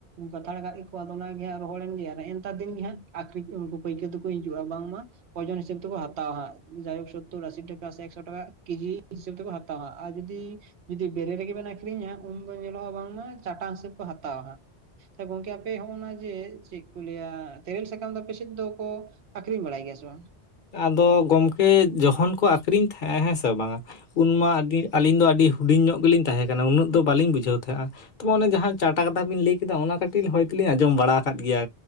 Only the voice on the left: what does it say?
ᱟᱫᱚ ᱜᱚᱢᱠᱮ ᱡᱚᱠᱷᱚᱱ ᱠᱚ ᱟᱠᱷᱨᱤᱧ ᱦᱮᱸ ᱦᱮᱸ ᱥᱮ ᱵᱟᱝ-ᱟ ᱩᱱ ᱢᱟ ᱟᱞᱤᱧ ᱫᱚ ᱟᱹᱰᱤ ᱰᱩᱰᱤᱧ ᱧᱚᱜ ᱜᱮᱞᱤᱧ ᱛᱟᱦᱮᱸ ᱠᱟᱱᱟ ᱩᱱᱟᱹᱜ ᱫᱚ ᱵᱟᱞᱤᱧ ᱵᱩᱡᱷᱟᱹᱣ ᱛᱟᱦᱮᱜ-ᱟ᱾ ᱛᱚ ᱚᱱᱮ ᱡᱟᱦᱟᱸ ᱪᱟᱴᱟ ᱠᱟᱛᱷᱟ ᱵᱤᱱ ᱞᱟᱹᱭ ᱠᱮᱫᱟ ᱚᱱᱟ ᱠᱟᱹᱴᱤᱡ ᱦᱚᱭᱛᱚ ᱞᱤᱧ ᱟᱸᱡᱚᱢ ᱵᱟᱲᱟ ᱟᱠᱟᱫ ᱜᱮᱭᱟ᱾